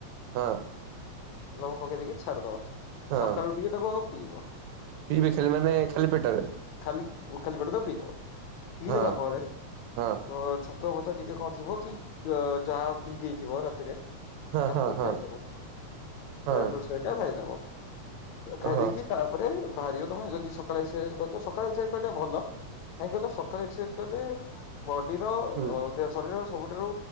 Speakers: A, on the right; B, on the left.
A: ହଁ।
B: ଲବଙ୍ଗ ପକେଇ ଦେଇକି ଛାଡିଦବ
A: ହଁ
B: ସକାଳୁ ଉଠିକି ତାକୁ ଆଗ ପିଇବ।
A: ପିଇବେ ଖାଲି ମାନେ ଖାଲି ପେଟରେ
B: ଖାଲି ଖାଲି ପେଟରେ ତାକୁ ପିଇଦବ। ପିଇ
A: ହଁ
B: ଦେଲା ପରେ,
A: ହଁ
B: ଅଁ ଛ ତୁଆ ଫତୁଆ ଟିକେ କଣ ଥିବ କି, କି ଯାହା ଭିଗେଇଥିବ ରାତିରେ
A: ହଁ
B: ତାକୁ
A: ହଁ ହଁ
B: ଖାଇଦବ
A: ହଁ
B: ତା ପରେ ସେଇଟା ଖାଇଦବ। ଖାଇ
A: ଓହୋ
B: ଦେଇକି ତାପରେ ବାହାରିବ ତମେ ଯଦି ସକାଳେ ଏକ୍ସରସାଇଜ କରୁଥିବ ସକାଳେ ଏକ୍ସରସାଇଜ କରିବାଟା ଭଲ। କାହିଁକି କହିଲ ସକାଳେ ଏକ୍ସରସାଇଜ କଲେ ବଡିର ଅ
A: ହୁଁ
B: ଏବ ଶରୀର ସବୁଠାରୁ